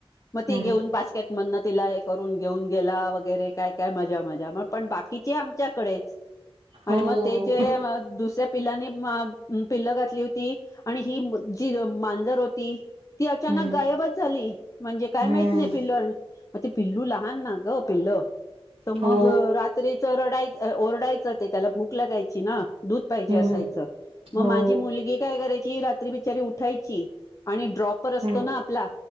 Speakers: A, on the left (about 35°); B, on the right (about 75°).
A: म ती
B: हम्म
A: घेऊन
B: हम्म
A: बास्केट मन्न तीला हे करून घेऊन गेला, वगैरे काय काय मजा मजा मग पण बाकीची आमच्याकडेच आणि
B: हो
A: मग ते जे अ दुस्याप पिल्लानी <unintelligible> पिल्ल घातली होती आणि ही ब जी मांजर होती. ती अचानक
B: हम्म
A: गायबच झाली म्हणजे काय
B: हम्म
A: माहित नई पिल्लड मग ते पिल्लू लहान ना ग पिल्ल त
B: हो
A: मग रात्रीच रडाय अ ओरडाय् च ते त्याला भूक लागायची ना दूध पाहिजे
B: हम्म
A: असायचं, मग
B: हो
A: माझी मुलगी काय कराय ची रात्री बिचारी उठायची आणि ड्रॉपर असतो
B: हम्म
A: ना आपला,